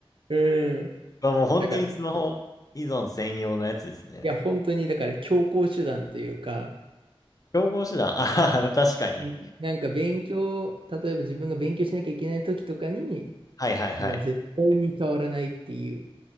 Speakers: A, on the right (about 60°); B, on the left (about 35°).
A: うん。
B: は、<laughs> もう本当にスマホ依存専用のやつですね。
A: だから、いや、本当に、だから強行手段というか、
B: 競合手段。あはは確かに。
A: うんなんか勉強、例えば自分が勉強しなきゃいけない時とかに、
B: はいはいはい。
A: もう絶対に触らないっていう。